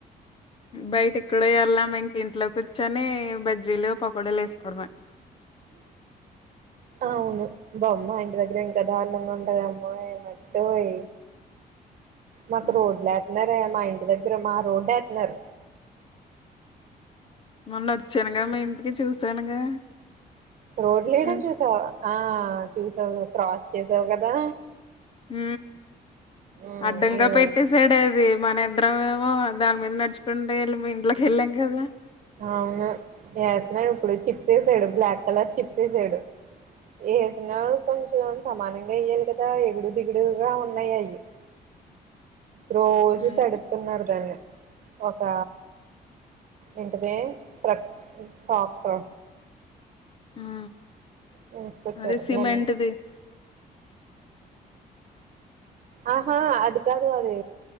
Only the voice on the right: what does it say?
అవును బామ్మ ఆ ఇంటి దగ్గర ఇంకా దారుణంగా ఉంటద అమ్మో ఏమట్టుయి మకు
రోడ్లు ఎతునరే మా ఇంటి దగ్గర మా రోడ్ ఎతన్నారు
రోడ్ లేయడం
చూసావా ఆ చూసావు క్రాస్ చేసావు కదా
ఉమ్
ఈ రోజు
అవును వస్తున్నాడు ఇప్పుడు చిప్స్ వేసాడు బ్లాక్ కలర్ చిప్స్ వేసాడు వేసినడు కొంచెం సమానంగా వయాలి కదా ఎగుడు దిగుడుగా ఉన్నాయి అవి రోజు
తడుతున్నారు దాన్ని ఒక ఏంటది ప్ర క్టర్
తీసుకొచ్చారు
నిన్ ఆహా అది కాదు అది